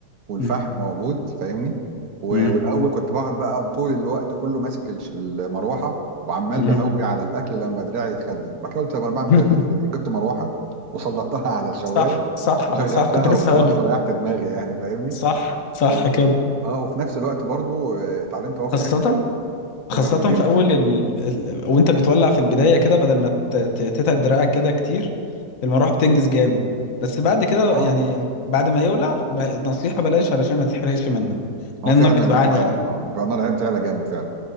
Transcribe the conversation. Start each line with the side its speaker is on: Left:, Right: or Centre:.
Right: والفحم
Left: أمم.
Right: موجود فاهمني و...
Left: أمم.
Right: والاول كنت بقعد بقى طول الوقت كله ماسك الش- المروحه وعمال
Left: أمم.
Right: بهوي على الاكل لما دراعي يتخدل بعد كده قلت طب انا بعمل
Left: <laughs>
Right: كده في نفسي ليه؟ جبت مروحه وسلطتها <laughs> على الشوايه
Left: صح صح
Right: وشغلتها
Left: صح كنت لسه
Right: وخلاص
Left: هقول لك
Right: وريحت دماغي يعني فاهمني
Left: صح صح
Right: و...
Left: كده
Right: اه وفي نفس الوقت برضو آه، اتعلمت برضو
Left: خاصة
Right: حته كده
Left: خاصة
Right: انك تجيب
Left: في أول ال... ال... وأنت بتولع في البداية كده بدل ما ت... ت- تتعب دراعك كده كتير المروحة بتنجز جامد بس بعد كده
Right: اه
Left: يعني بعد ما يولع ب... نصيحة بلاش علشان ما تحرقش منك
Right: هو
Left: لأن
Right: فعلا
Left: النار بتبقى عالية
Right: اه
Left: أوي
Right: اه جرنال عيب فعلا جامد فعلا